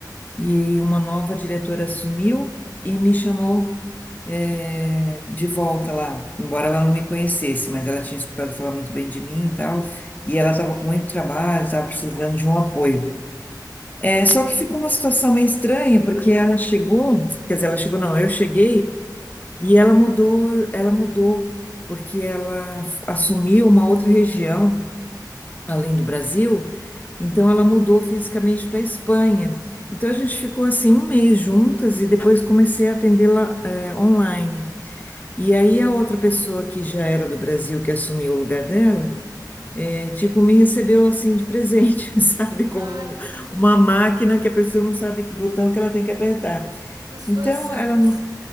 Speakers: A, on the left (about 25°); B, on the right (about 70°).
A: E uma nova diretora assumiu e me chamou eh, de volta lá, embora ela não me conhecesse, mas ela tinha escutado falar muito bem de mim e tal, e ela estava com muito trabalho, estava precisando de um apoio. É, só que ficou uma situação meio estranha, porque ela chegou, quer dizer, ela chegou, não, eu cheguei, e ela mudou, ela mudou, porque ela assumiu uma outra região além do Brasil, então ela mudou fisicamente para a Espanha. Então a gente ficou assim um mês juntas e depois comecei a atendê-la eh, online. E aí a outra pessoa que já era do Brasil que assumiu o lugar dela, eh, tipo me recebeu assim de presente, <laughs> sabe,
B: Ah,
A: como
B: entendi.
A: um, uma máquina que a pessoa não sabe que botão que ela tem que apertar.
B: Que situação.
A: Então ela